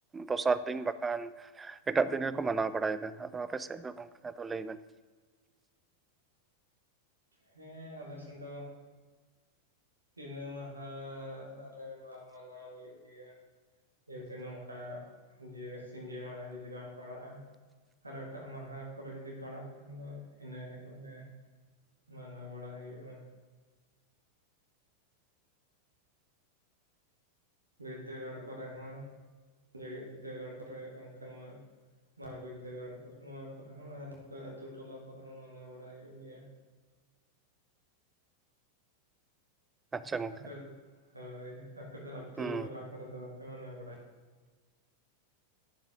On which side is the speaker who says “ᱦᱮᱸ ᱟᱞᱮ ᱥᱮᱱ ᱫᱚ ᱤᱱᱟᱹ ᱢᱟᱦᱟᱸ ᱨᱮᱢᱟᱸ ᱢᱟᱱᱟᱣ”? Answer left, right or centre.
Right